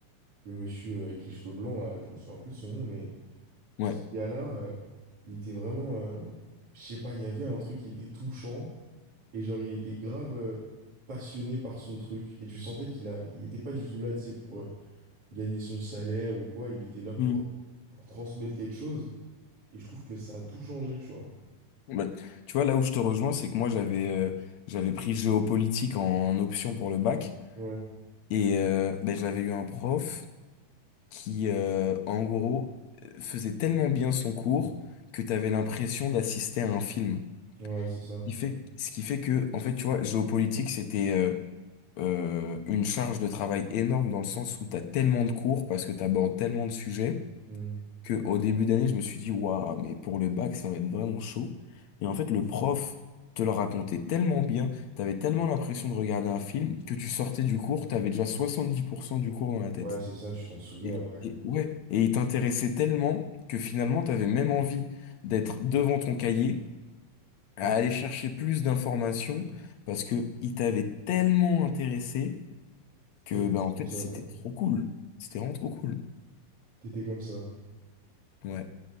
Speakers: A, on the right (about 40°); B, on the left (about 70°).
A: le monsieur euh, avec les cheveux blancs, là, je me souviens plus de son nom, mais
B: ouais.
A: ce gars-là, euh, il était vraiment, euh, je sais pas, il y avait un truc qui était touchant. Et genre, il était grave euh, passionné par son truc. Et tu sentais qu'il a, il était pas du tout là, tu sais, pour euh, gagner son salaire ou quoi. Il était là pour,
B: Hmm.
A: euh, pour transmettre quelque chose. Et je trouve que ça a tout changé, tu vois.
B: Bah, tu vois, là où je te rejoins, c'est que moi, j'avais euh, j'avais pris géopolitique en, option pour le bac.
A: Ouais,
B: Et euh, ben, j'avais eu un prof qui, euh, en gros, euh, faisait tellement bien son cours que t'avais l'impression d'assister à un film.
A: ouais, c'est ça.
B: Il fait, ce qui fait que, en fait, tu vois, géopolitique, c'était euh, euh, une charge de travail énorme dans le sens où t'as tellement de cours parce que t'abordes tellement de sujets
A: Mm.
B: que au début d'année, je me suis dit, waouh, mais pour le bac, ça va être vraiment chaud. Et en fait, le prof te le racontait tellement bien, t'avais tellement l'impression de regarder un film que tu sortais du cours, t'avais déjà 70% du cours dans la tête.
A: Ouais, c'est ça, tu t'en souvenais
B: Et,
A: après.
B: et ouais, et il t'intéressait tellement que finalement, t'avais même envie d'être devant ton cahier à
A: Mm.
B: aller chercher plus d'informations parce que il t'avait tellement intéressé que
A: Toi, t'étais
B: ben en fait
A: comme ça,
B: c'était
A: toi.
B: trop cool. C'était vraiment trop cool.
A: T'étais comme ça.
B: Ouais.